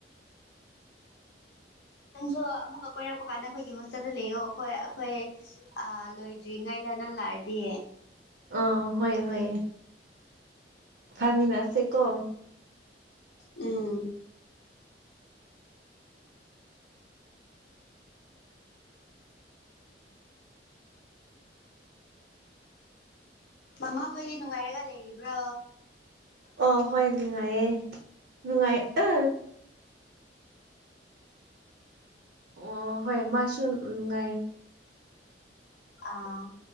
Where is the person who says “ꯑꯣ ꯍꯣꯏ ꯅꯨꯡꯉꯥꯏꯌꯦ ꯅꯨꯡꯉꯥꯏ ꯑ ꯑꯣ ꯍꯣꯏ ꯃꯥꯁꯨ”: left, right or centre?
Right